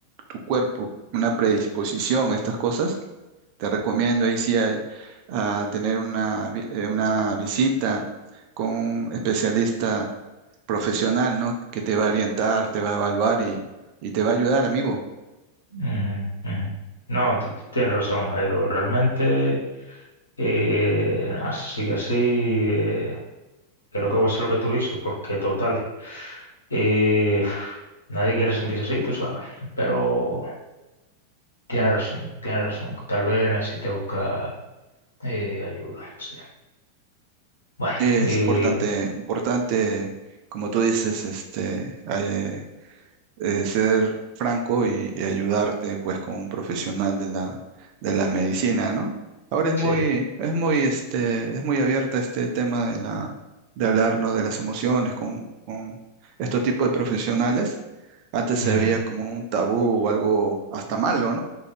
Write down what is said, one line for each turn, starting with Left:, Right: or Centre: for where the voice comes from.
Right: tu cuerpo una predisposición a estas cosas, te recomiendo ahí sí a, a tener una, vi- eh, una visita con un especialista profesional, ¿no? Que te va a orientar, te va a evaluar y, y te va a ayudar, amigo.
Left: ujú, ujú. No, tú tú tienes razón, Jairo, realmente... Eh, así que sí, eh, creo que va a ser lo que tú dices, porque total, eh, nadie quiere sentirse así, tú sabes, pero tiene razón, tiene razón, tal vez necesite buscar eh, ayuda, sí. Bueno,
Right: Sí, Es
Left: Sí. y
Right: importante, importante, como tú dices, este, eh, eh, ser franco y, y ayudarte pues con un profesional de la, de la medicina, ¿no? Ahora es
Left: sí,
Right: muy, es muy, este, es muy abierta este tema de la, de hablarnos de las emociones con, con este tipo de profesionales. Antes se
Left: ujú,
Right: veía como un tabú o algo hasta malo, ¿no?